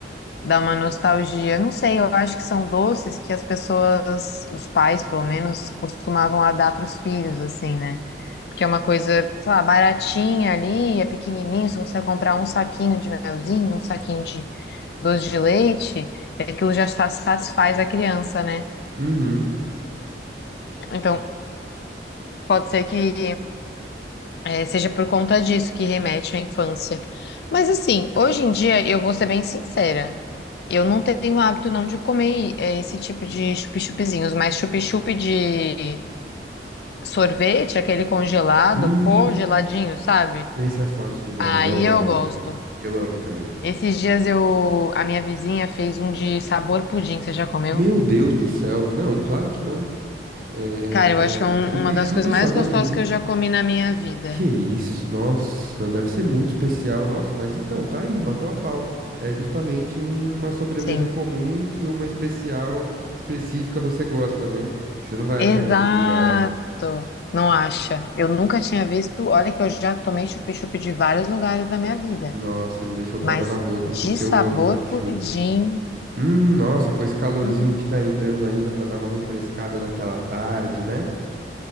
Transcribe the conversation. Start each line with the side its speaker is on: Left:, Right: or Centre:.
Left: dá uma nostalgia. Não sei, eu acho que são doces que as pessoas, os pais pelo menos, costumavam a dar para os filhos, assim, né? que é uma coisa, sei lá, baratinha ali, é pequenininho, se você comprar um saquinho de melzinho, um saquinho de doce de leite, aquilo já sa- satisfaz a criança, né?
Right: Uhum.
Left: Então, pode ser que é, seja por conta disso que remete à infância. Mas assim, hoje em dia, eu vou ser bem sincera, eu não tenho hábito não de comer é, esse tipo de chup-chupizinhos, mas chup-chup de sorvete, aquele congelado,
Right: Hum.
Left: pô, geladinho, sabe?
Right: Esse é forte demais,
Left: Aí
Right: eu adoro.
Left: eu gosto.
Right: Eu amo também.
Left: Esses dias eu, a minha vizinha fez um de sabor pudim, você já comeu?
Right: Meu Deus do céu. Não, claro que não. É,
Left: Cara,
Right: é,
Left: eu acho que
Right: é,
Left: é um-
Right: chup-chup
Left: uma das coisas
Right: sabor
Left: mais gostosas
Right: pudim.
Left: que eu já comi na minha vida.
Right: Que isso, nossa, deve ser muito especial. Nossa, mas então, tá aí, matou a pau. É justamente uma sobremesa
Left: Sim.
Right: comum que uma especial específica você gosta, né? Que você não vai
Left: Exato.
Right: achar em outro lugar.
Left: Não acha? Eu nunca tinha visto. Olha que eu já tomei chup-chup de vários lugares da minha vida,
Right: Nossa, me deixou com
Left: mas
Right: água na boca,
Left: de
Right: porque
Left: sabor
Right: eu amo chup-chup.
Left: pudim.
Right: Hum, nossa, com esse calorzinho
Left: hum.
Right: que tá entrando ainda pra dar uma refrescada naquela tarde, né?